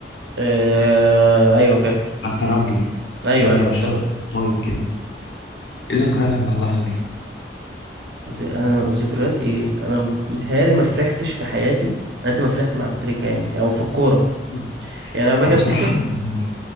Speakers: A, on the right (about 70°); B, on the left (about 65°).
A: آه ايوه فاكر
B: على الترجي
A: ايوه
B: الترجي
A: ايوه
B: لما
A: افتكرت
B: شاط طاير كده ايه ذكرياتك مع اللحظه دي
A: ز- انا ذكريات ايه انا متهيالي ما فرحتش في حياتي قد ما فرحت مع ابو تريكة يعني او في الكورة
B: مم.
A: يعني انا باجي
B: هو بصراحة
A: افتكر
B: يعني